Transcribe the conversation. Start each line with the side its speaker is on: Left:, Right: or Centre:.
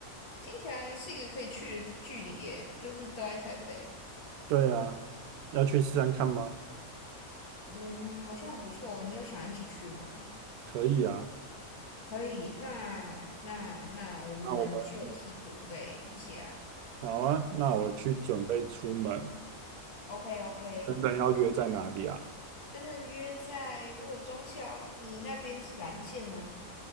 Left: 听起来是一个可以去的距离耶，就是都在台北，
Right: 对啊，要去试试看吗？
Left: 嗯，好像不错。你有想一起去吗？
Right: 可以啊，
Left: 可以，那那那我们就一起准备一下。
Right: 那我们好啊，那我去准备出门。
Left: OK OK，
Right: 等等要约在哪里啊？
Left: 真的约在如果中校你那边是蓝线吗？